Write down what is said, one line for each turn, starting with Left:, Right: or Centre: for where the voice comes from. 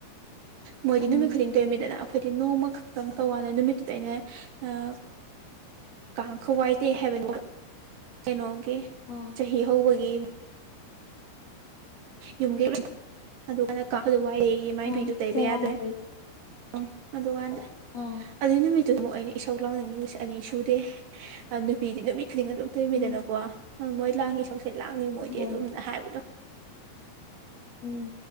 Right: ꯃꯣꯏꯗꯤ
Left: ꯎꯝ
Right: ꯅꯨꯃꯤꯠ ꯈꯨꯗꯤꯡ ꯇꯧꯔꯤꯃꯤꯗꯅ ꯑꯩꯈꯣꯏꯗꯤ ꯅꯣꯡꯃ ꯈꯛꯇꯪ ꯇꯧꯀꯥꯟꯗ ꯅꯨꯃꯤꯠꯇꯨꯗ ꯑꯩꯅ ꯑ ꯀꯥꯡꯈ ꯋꯥꯏ ꯇꯩ ꯍꯥꯏꯕ ꯀꯩꯅꯣ ꯒꯤ
Left: ꯑꯥ
Right: ꯆꯍꯤ ꯍꯧꯕꯒꯤ ꯌꯨꯝꯒꯤ ꯑꯗꯨ ꯀꯥꯡꯈ ꯑꯩꯒꯤ ꯃꯥꯏꯕꯤꯗꯨꯣ
Left: ꯑꯥ
Right: ꯇꯩꯕ
Left: ꯆꯩꯔꯥꯎꯕꯩ
Right: ꯌꯥꯗꯣꯏ ꯎꯝ ꯑꯗꯨꯀꯥꯟꯗ
Left: ꯑꯥ
Right: ꯑꯗꯨꯏ ꯅꯨꯃꯤꯠ ꯑꯗꯨ ꯑꯃꯨꯛ ꯑꯩꯅ ꯏꯁꯥꯎ ꯂꯥꯡꯅꯤꯡꯉꯤꯕꯁꯦ ꯑꯅꯤ ꯁꯨꯗꯦ ꯅꯨꯄꯤꯗꯤ ꯅꯨꯃꯤꯠ ꯈꯨꯗꯤꯡ ꯑꯗꯨꯝ ꯇꯩꯔꯤꯃꯤꯗꯀꯣ
Left: ꯎꯝ
Right: ꯃꯣꯏ ꯂꯥꯡꯉꯤ ꯏꯁꯧꯁꯦ ꯂꯥꯡꯅꯤ ꯃꯣꯏꯗꯤ
Left: ꯍꯣꯏ
Right: ꯑꯗꯨꯝꯅ ꯍꯥꯏꯕꯗꯣ
Left: ꯎꯝ